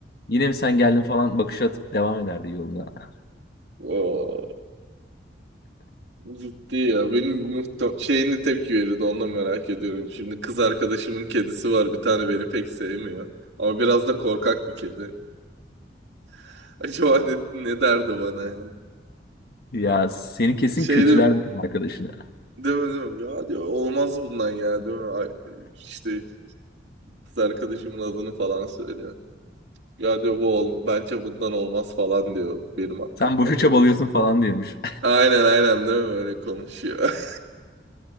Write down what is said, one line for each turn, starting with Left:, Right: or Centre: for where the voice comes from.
Left: yine mi sen geldin falan bakış atıp devam ederdi yoluna. <laughs>
Right: Oo. Ciddi ya. Benim muhta şeyini tepki verirdi. ondan merak ediyorum. Şimdi kız arkadaşımın kedisi var. Bir tane beni pek sevmiyor. Ama biraz da korkak bir kedi. <laughs> Acaba ne, ne derdi bana yani?
Left: Ya seni kesin
Right: Şey
Left: kötülerdi
Right: de,
Left: kız arkadaşını.
Right: deme deme. Ya diyor olmaz bundan ya değil mi? Ay, İşte kız arkadaşımın adını falan söylüyor. Ya diyor bu ol bence bundan olmaz falan diyor benim hakkımda
Left: Sen boşu
Right: böyle.
Left: çabalıyorsun falan diyormuş.
Right: Aynen aynen değil mi? Öyle konuşuyor.